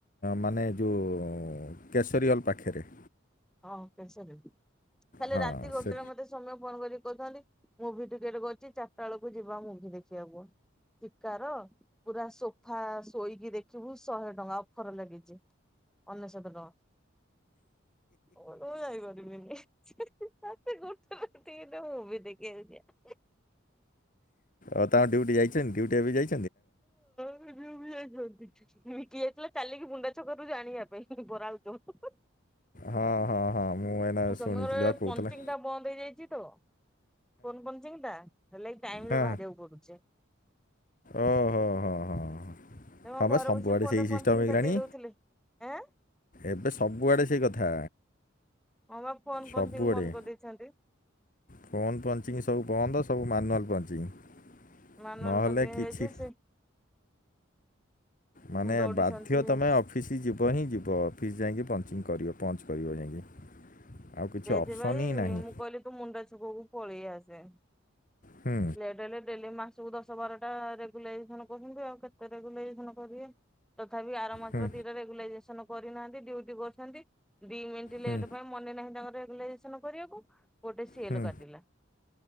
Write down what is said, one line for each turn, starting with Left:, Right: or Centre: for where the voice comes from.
Left: ମାନେ ଯୋଉ କେଶରୀୱାଲ ପାଖରେ।
Centre: ହଁ କେଶରୀ। କାଲି
Left: ହଁ
Centre: ରାତି ଗୋଟେରେ
Left: ସେ
Centre: ମତେ ସୌମ୍ୟ ଫୋନ୍ କରିକି କହୁଥାନ୍ତି, ମୁଭି ଟିକେଟ କରିଚି ଚାରିଟା ବେଳକୁ ଯିବା ମୁଭି ଦେଖିବାକୁ। କାର ପୁରା ସୋ ଫା ଶୋଇକି ଦେଖିବୁ ଶହେ ଟଙ୍କା ଅଫର ଲାଗିଛି ଅନେଶୋତ ଟଙ୍କା। ମୁଁ କହିଲି ମୁଁ ଯାଇ ପାରିବିନି। ରାତି ଗୋଟେ ରେ <unintelligible> ମୁଭି ଦେଖିବାକୁ ଯିବା।
Left: ଓ ତା ଡିଉଟି ଯାଇଛନ୍ ଡିଉଟି ଏବେ ଯାଇ
Centre: ଏ ଝିଅ ବି ଯାଇଛନ୍ତି, ମୁଁ କିଏ ଚଲା ଚାଲିକି ବୁଣ୍ଡା ଛକରୁ ଯେ ଆଣିବା ପାଇଁ ବରା ଆଳୁଚପ୍।
Left: ହଁ, ହଁ, ହଁ ମୁଁ ଏଇନା
Centre: ସୌମ୍ୟର
Left: ଶୁଣିଥିଲି ଆଉ କହୁଥୁଲା
Centre: ପଞ୍ଚିଙ୍ଗ ଟା ବନ୍ଦ ହେଇଯାଇଛି ତ ଫୋନ୍ ପଞ୍ଚିଂ ଟା ହେଲେ କି ଟାଇମ୍
Left: ହଁ
Centre: ରେ ବାହାରିବାକୁ ପଡୁଛି।
Left: ଓହୋ, ହଁ, ହଁ, ହଁ।
Centre: ତମ
Left: ହଁ
Centre: ଘରେ
Left: ପା ସବୁ
Centre: ବସିକି
Left: ଆଡେ
Centre: ଫୋନ
Left: ସେଇ
Centre: ରେ
Left: ସିଷ୍ଟମ୍
Centre: ପଞ୍ଚିଂ
Left: ହେଇଗଲାଣି।
Centre: ଟା ଦେଇ ଦଉଥିଲେ। ଏଁ
Left: ଏବେ ସବୁଆଡେ ସେଇ କଥା।
Centre: ହଁ ବା ଫୋନ୍
Left: ସବୁଆଡ଼େ
Centre: ପଞ୍ଚିଂ ବନ୍ଦ କରିଦେଇଛନ୍ତି।
Left: ଫୋନ୍ ପଞ୍ଚିଙ୍ଗ ସବୁ ବନ୍ଦ ସବୁ ମାନୁଆଲ୍ ପଞ୍ଚିଙ୍ଗ,
Centre: ମାନୁଆଲ
Left: ନହେଲେ
Centre: ପଞ୍ଚିଂ
Left: କିଛି
Centre: ହେଇଯାଇଛି ସେ
Left: ମାନେ
Centre: ଦୌଡିଛନ୍ତି
Left: ବାଧ୍ୟ
Centre: ହଁ।
Left: ତୋମେ ଅ ଫିସି ଯିବ ହିଁ ଯିବ ଅଫିସ୍ ଯାଇକି ପଞ୍ଚିଙ୍ଗ କରିବ, ପଞ୍ଚ୍ କରିବ ଯାଇକି। ଆଉ କିଛି
Centre: ସେଇଥିପାଇଁ
Left: ଅପସନ୍ ହିଁ ନାହିଁ
Centre: ମୁଁ କହିଲି ତୁ ମୁଣ୍ଡା ଛୁକକୁ ପଳି ଆସେ।
Left: ହୁଁ
Centre: ଲେଟ୍ ହେଲେ ଡେଲି ମା ଯୋଉ ଦଶ ବାର ଟା ରେଗୁଲାଇଜେସନ୍ କରୁଛନ୍ତି ଆଉ କେତେ ରେଗୁଲାଇଜେସନ୍ କରିବେ ତଥାବି ଆରମ୍ ମଝିରେ
Left: ହୁଁ
Centre: ଦିଟା ରେଗୁଲାଇଜେସନ୍ କରିନାହାନ୍ତି ଡ୍ୟୁଟି କରିଛନ୍ତି। ଦି ମିନିଟ୍ ଲେଟ୍
Left: ହୁଁ
Centre: ପାଇଁ ମନେ ନାହିଁ ତାଙ୍କର ରେଗୁଲାଇଜେସନ୍ କରିବାକୁ ଗୋଟେ ସି
Left: ହୁଁ
Centre: ଏଲ୍ କାଟିଲା।